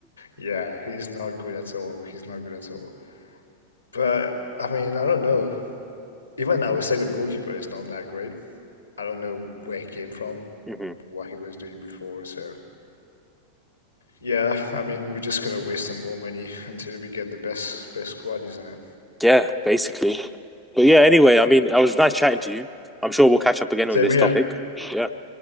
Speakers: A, on the left (about 85°); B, in the centre.
A: yeah, he's not good at all. He's not good at all. But I mean, I don't know. Even our second goalkeeper is not that great. I don't know where he came from,
B: hmm
A: what he was doing before. So Yeah, I mean, we're just gonna waste some more money until we get the best best squad, isn't it?
B: Yeah, basically. But yeah, anyway, I mean, I was nice chatting to you. I'm sure we'll catch up again
A: Same
B: on this
A: here.
B: topic. Yeah.